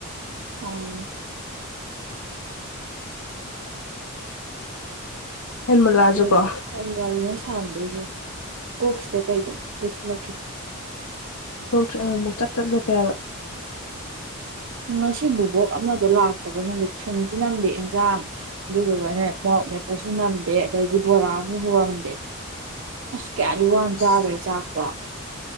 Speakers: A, on the right; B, on the left.
A: ꯁꯥꯎꯟ
B: ꯍꯦꯟꯃꯜꯂꯛꯑꯁꯨꯀꯣ
A: ꯀꯩ ꯀꯩ ꯋꯥꯔꯤꯅꯣ ꯁꯥꯟꯅꯗꯣꯏꯁꯦ ꯀꯣꯛꯁꯤꯗ ꯀꯔꯤꯒꯨꯝ ꯂꯁꯤꯂꯛꯈꯤꯗ꯭ꯔꯦ
B: ꯊꯣꯛꯇ꯭ꯔ ꯑꯃꯨꯛ ꯑꯃꯨꯛ ꯆꯞ ꯆꯞ ꯂꯦꯞꯄꯦꯕ
A: ꯉꯁꯤ ꯕꯣꯕꯣꯛ ꯑꯃꯗꯣ ꯂꯥꯛꯇꯦ ꯈꯪꯗꯦ ꯊꯨꯝꯁꯨ ꯅꯝꯗꯦ ꯑꯦꯟꯖꯥꯡ ꯑꯗꯨꯗꯨꯒꯅꯦ ꯃꯣꯔꯣꯛ ꯃꯦꯠꯄꯁꯨ ꯅꯝꯗꯦ ꯑꯗꯩꯗꯤ ꯕꯣꯔꯥꯁꯨ ꯍꯧꯔꯝꯗꯦ ꯑꯁ ꯀꯌꯥꯗꯤ ꯋꯥꯅ
B: ꯑꯁ
A: ꯆꯥꯈ꯭ꯔꯦ ꯆꯥꯛꯄꯣ